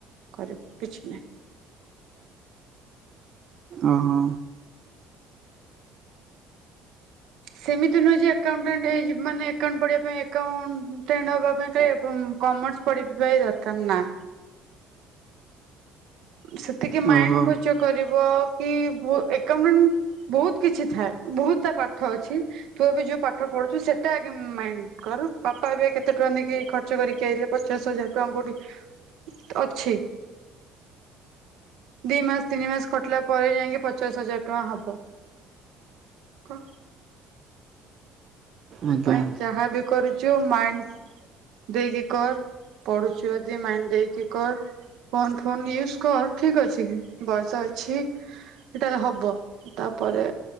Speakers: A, on the right; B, on the right.
A: କରି କିଛି ନାହିଁ।
B: ଅହ।
A: ସେମିତି ନୁହଁ ଯେ ଆକାଉଣ୍ଟଟାଣ୍ଟ୍ ହେଇଯିବୁ ମାନେ ଆକାଉଣ୍ଟ ପଢ଼ିବା ପାଇଁ ଆକାଉଣ୍ଟଟାଣ୍ଟ୍ ହବା ପାଇଁ କାଇଆପୁଁ କମର୍ସ ପଢିି଼ବା ହି ଦରକାର ନା। ସେତିକି ମାଇଣ୍ଡ୍
B: ଓହୋ
A: ଖର୍ଚ୍ଚ କରିବ କି ଭୁ ଆକାଉଣ୍ଟଟାଣ୍ଟ୍ ବହୁତ କିଛି ଥାଏ ବହୁତ ତା ପାଠ ଅଛି। ତୁ ଏବେ ଯୋଉ ପାଠ ପଢ଼ୁଚୁ ସେଟା ଆଗେ ମାଇଁ କର ବାପା ଏବେ କେତେ ଟଙ୍କା ନେଇକି ଖ ର୍ଚ୍ଚ କରିକି ଆଇଲେ ପଚାଶ ହଜାର ଟଙ୍କା କୋଉଠି ଅଛି? ଦି ମାସ ତିନି ମାସ ଖଟିଲା ପରେ ଯାଇଁକି ପଚାଶ ହଜାର ଟଙ୍କା ହବ। କଣ
B: ଆଜ୍ଞା।
A: ତୁ ପାଇଁ ଯାହା ବି କରୁଚୁ ମାଇନ୍ ଦେଇକି କର ପଢ଼ୁଚୁ ଯଦି ମାଇନ୍ ଦେଇକି କର। ଫୋନ୍ ଫୋନ୍ ୟୁଜ କର ଠିକ୍ ଅଛି ବୟସ ଅଛି ହେଟାରେ ହବ ତାପରେ